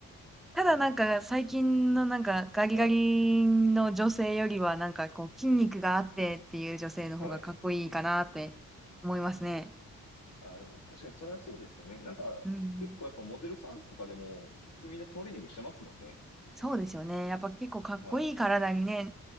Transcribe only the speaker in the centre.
ただなんか最近のなんかガリガリの女性よりはなんかこう筋肉があってっていう女性の方がかっこいいかなって思いますね。
うんうん。
そうですよね。やっぱ結構かっこいい体にね、